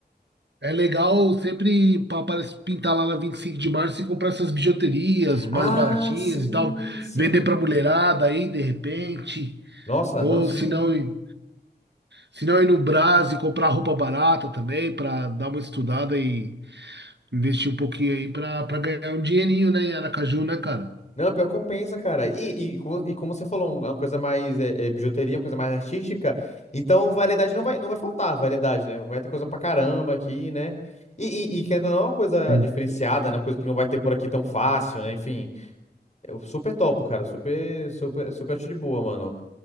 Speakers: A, on the right; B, on the left.
A: É legal sempre pa- parece pintar lá na 25 de março e comprar essas bijuterias mais
B: Ah,
A: baratinhas
B: sim,
A: e tal,
B: sim.
A: vender para mulherada aí de repente,
B: Nossa,
A: ou
B: não, sim.
A: se não, ir- se não ir no Brás e comprar roupa barata também para dar uma estudada e investir um pouquinho aí para ganhar um dinheirinho, né, em Aracaju, né, cara?
B: Não, pior que compensa, cara. E, e, como, e como você falou, uma coisa mais é, é, bijuteria, uma coisa mais artística, então variedade não vai, não vai faltar, variedade, né? Vai ter coisa pra caramba aqui, né? E, e, e querendo ou não, é uma coisa
A: Sim.
B: diferenciada, né? Uma coisa que não vai ter por aqui tão fácil, né? Enfim, eu super topo, cara. Super, super, super acho de boa, mano.